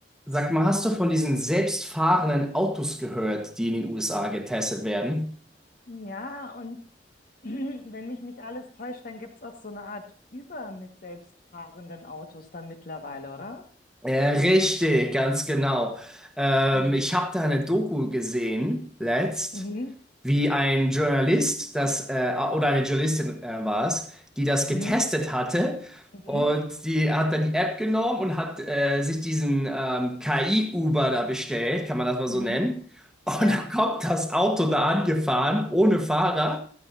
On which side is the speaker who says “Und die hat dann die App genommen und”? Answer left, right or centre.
Centre